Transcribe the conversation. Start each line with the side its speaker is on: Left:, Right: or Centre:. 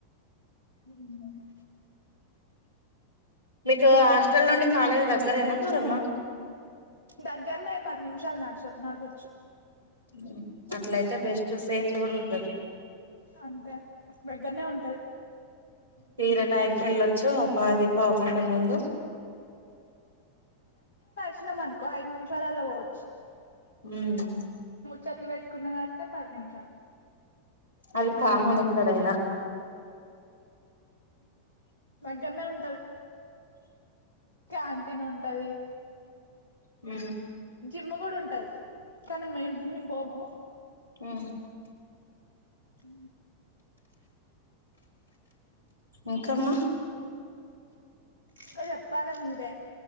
Left: ఉమ్
Right: మీకు హాస్టల్ నుండి కాలేజీ దగ్గరెనా దూరమ్మా?
Left: దగ్గరనే పది నిమిషాలు నడచు నడవచ్చు
Right: ఉమ్ అట్లయితే బెస్ట్ సేఫ్ కూడా ఉంటది.
Left: అంతే దగ్గరనే ఉంటది
Right: తీర టైంకి వెళ్ళొచ్చు పాది పావుగంట ముందు
Left: వెళ్లినం అనుకో ఐదు నిమిషాలలా పోవచ్చు
Right: ఉహ్
Left: చెట్లు పెట్టుకున్న కడితే పది నిమిషాలు
Right: అది కామన్ ఎక్కడైనా
Left: దగ్గరనే ఉంటది క్యాంటీన్ ఉం ది
Right: ఉ
Left: జిమ్ కూడా ఉంటది కానీ మేం మేం బోము
Right: ఆ
Left: చ
Right: ఇంకా మా
Left: ఇంగా చెప్పాలా మీరే